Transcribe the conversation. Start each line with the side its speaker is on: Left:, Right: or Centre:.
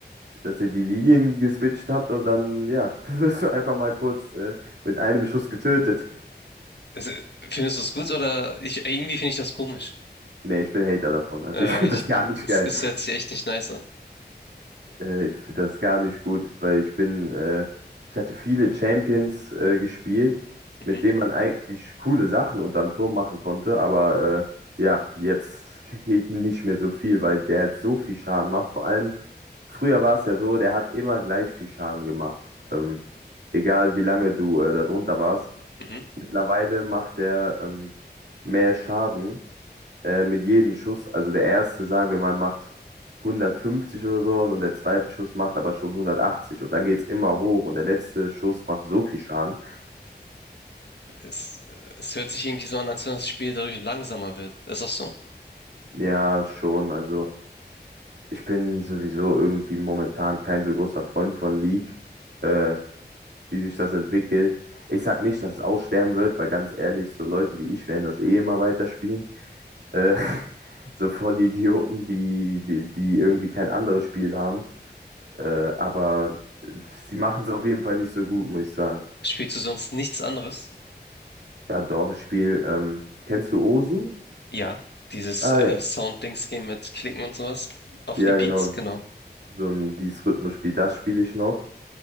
Right: dass ihr die Linien geswitcht habt und dann, ja, <laughs> wirst du einfach mal kurz äh, mit einem Schuss getötet.
Left: Also, findest du es gut oder ich, irgendwie finde ich das komisch.
Right: Nee, ich bin Hater davon. Also
Left: Äh,
Right: ich finde
Left: ich,
Right: das gar nicht
Left: es,
Right: geil.
Left: es hört sich echt nicht nice an.
Right: Äh, ich finde das gar nicht gut, weil ich bin, äh, ich hatte viele Champions äh, gespielt,
Left: Mhm,
Right: mit denen man eigentlich coole Sachen unterm Turm machen konnte, aber äh, ja, jetzt <laughs> geht nicht mehr so viel, weil der so viel Schaden macht. Vor allem, früher war es ja so, der hat immer gleich viel Schaden gemacht. Ähm, egal wie lange du äh, da drunter warst.
Left: mhm.
Right: Mittlerweile macht der ähm, mehr Schaden äh, mit jedem Schuss, also der erste, sagen wir mal, macht 150 oder sowas und der zweite Schuss macht aber schon 180 und dann geht's immer hoch und der letzte Schuss macht so viel Schaden.
Left: Es, es hört sich irgendwie so an, als wenn das Spiel dadurch langsamer wird. Ist das so?
Right: Ja, schon, also ich bin sowieso irgendwie momentan kein so großer Freund von League, äh, wie sich das entwickelt. Ich sag nicht, dass es aussterben wird, weil ganz ehrlich, so Leute wie ich werden das eh immer weiterspielen. Äh, <laughs> so Vollidioten, die, die, die irgendwie kein anderes Spiel haben. Äh, aber sie machen es auf jeden Fall nicht so gut, muss ich sagen.
Left: Spielst du sonst nichts anderes?
Right: Ja, doch, ich spiele, ähm, kennst du Osu?
Left: Ja, dieses
Right: Ah
Left: äh,
Right: ja,
Left: Sound-Dings-Game mit Klicken und sowas auf
Right: ja
Left: die Beats,
Right: genau,
Left: genau.
Right: so ein dieses Rhythmusspiel, das spiele ich noch.